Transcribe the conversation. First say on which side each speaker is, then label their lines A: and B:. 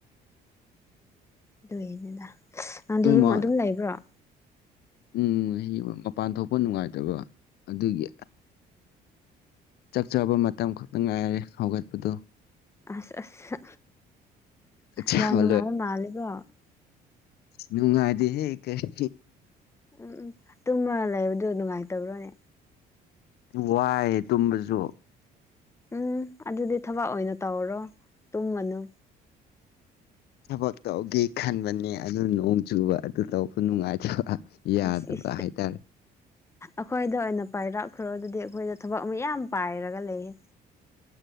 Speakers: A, on the left; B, on the left.
A: ꯑꯗꯨꯒꯤꯅꯤꯗ ꯅꯪꯗꯤ
B: ꯅꯣꯏ
A: ꯌꯨꯝ
B: ꯃꯥ
A: ꯑꯗꯨꯝ ꯂꯩꯕ꯭ꯔꯣ ꯑꯣ
B: ꯎꯝ ꯃꯄꯥꯟ ꯊꯣꯛꯄ ꯅꯨꯡꯉꯥꯏꯇꯕ꯫ ꯑꯗꯨꯒꯤ꯫ ꯆꯥꯛ ꯆꯥꯕ ꯃꯇꯝ ꯈꯛꯇ ꯉꯥꯏꯔꯦ ꯍꯧꯒꯠꯄꯗꯣ꯫
A: ꯑꯁ ꯑꯁ
B: ꯆꯥꯛ ꯆꯥꯕ
A: ꯌꯥꯝ ꯅꯨꯡꯉꯥꯏꯕ ꯃꯥꯂꯦꯗ
B: ꯅꯨꯪꯉꯥꯏꯇꯦꯍꯦ ꯀꯩꯁꯨ
A: ꯎꯝ ꯎꯝ ꯇꯨꯡꯃ ꯂꯩꯕꯗꯣ ꯅꯨꯡꯉꯥꯏꯇꯕ꯭ꯔꯣꯅꯦ꯫
B: ꯋꯥꯏ ꯇꯨꯝꯕꯁꯨ
A: ꯎꯝ ꯑꯗꯨꯗꯤ ꯊꯕꯛ ꯑꯣꯏꯅ ꯇꯧꯔꯣ ꯇꯨꯝꯃꯅꯨ
B: ꯊꯕꯛ ꯇꯧꯒꯦ ꯈꯟꯕꯅꯦ ꯑꯗꯨ ꯅꯣꯡ ꯆꯨꯕ ꯑꯗꯨ ꯇꯧꯕ ꯅꯨꯡꯉꯥꯏꯇꯕ꯫ ꯌꯥꯗꯕ
A: ꯏꯁ ꯏꯁ
B: ꯍꯥꯏꯇꯥꯔꯦ
A: ꯑꯩꯈꯣꯏꯗ ꯑꯣꯏꯅ ꯄꯥꯏꯔꯛꯈ꯭ꯔꯣ ꯑꯗꯨꯗꯤ ꯑꯩꯈꯣꯏꯗ ꯊꯕꯛ ꯃꯌꯥꯝ ꯄꯥꯏꯔꯒ ꯂꯩꯌꯦ꯫